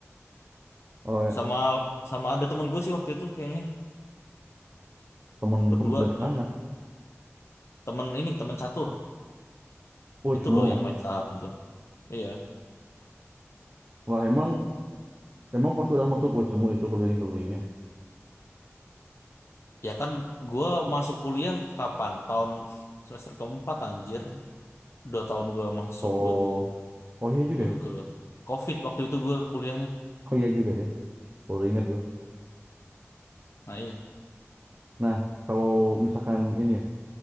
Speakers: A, on the right (about 40°); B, on the left (about 65°).
A: Oh, ya.
B: Sama sama ada temen gue sih waktu itu kayaknya
A: temen-temen
B: berdua
A: dari
B: ada
A: mana?
B: temen ini temen catur
A: Oh,
B: itu
A: cemu.
B: loh yang main saham itu iya
A: Lah emang Emang pas udah masuk Ucemu itu keliling-kelilingnya.
B: ya kan gue masuk kuliah kapan tahun semester keempat anjir dua tahun gue masuk
A: Oh,
B: baru
A: oh iya juga.
B: baru
A: ya.
B: ke COVID waktu itu gue kuliahnya
A: Oh iya juga ya. Baru ingat gua.
B: nah
A: Nah, kalau misalkan ini ya,